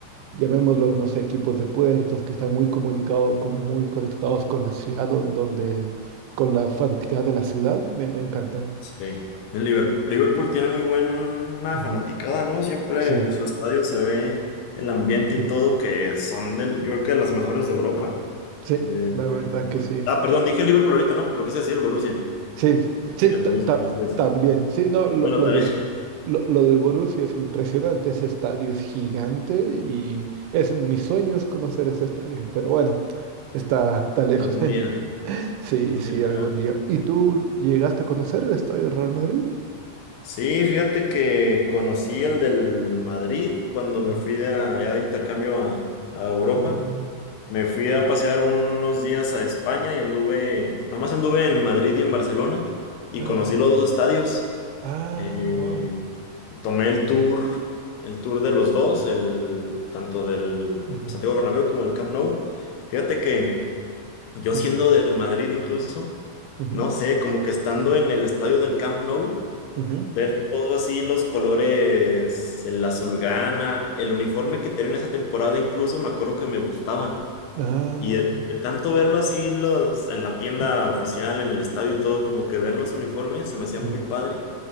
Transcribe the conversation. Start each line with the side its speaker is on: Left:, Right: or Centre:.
Right: llamémoslos, no sé, equipos de puertos que están muy comunicados, como muy conectados con la ciudad, don- donde, con la fanaticada de la ciudad, me, me encantan.
Left: sí. El Liverpool,
Right: Y-
Left: Liverpool tiene muy buena
Right: Ujú.
Left: fanaticada, ¿no? Siempre
Right: Sí,
Left: en su estadio se ve el ambiente
Right: sí,
Left: y todo, que son del, yo creo que de las mejores de Europa.
Right: sí,
Left: De,
Right: la
Left: de-
Right: verdad que sí.
Left: Ah, perdón, dije Liverpool ahorita, ¿no? Pero quise decir el Borussia.
Right: Sí, sí,
Left: Pues el
Right: ta-
Left: Borussia,
Right: ta-
Left: quise decir.
Right: también. Sí, no, lo,
Left: Bueno,
Right: lo
Left: también,
Right: del, lo, lo del Borussia es impresionante, ese estadio es gigante y es un- mi sueño es conocer ese estadio, pero bueno, está,
Left: <laughs>
Right: está lejos.
Left: algún
Right: <laughs>
Left: día.
Right: Sí,
Left: algún
Right: sí,
Left: día
Right: algún
Left: hará.
Right: día. ¿Y tú llegaste a conocer el estadio Real Madrid?
Left: Sí, fíjate que conocí el del Madrid cuando me
Right: Mm.
Left: fui de allá de intercambio a, a Europa.
Right: Mm,
Left: Me fui a pasear unos días a España y anduve, nomás anduve en
Right: mm.
Left: Madrid y en Barcelona y
Right: Ah,
Left: conocí los dos estadios.
Right: ah,
Left: Eh,
Right: wow.
Left: tomé el tour, el tour de los dos, el, tanto del
Right: Ujú,
Left: Santiago Bernabéu como el Camp Nou. Fíjate que yo
Right: ujú,
Left: siendo del Madrid incluso,
Right: ujú,
Left: no sé, como que estando en el estadio del Camp Nou.
Right: ujú.
Left: Ver todo así, los colores, el azulgrana, el uniforme que tienen esa temporada, incluso me acuerdo que me gustaba.
Right: Ah,
Left: Y de, de tanto verlo así los, en la tienda
Right: mm,
Left: oficial, en el estadio y todo, como que ver los uniformes se me hacía
Right: mm,
Left: muy padre.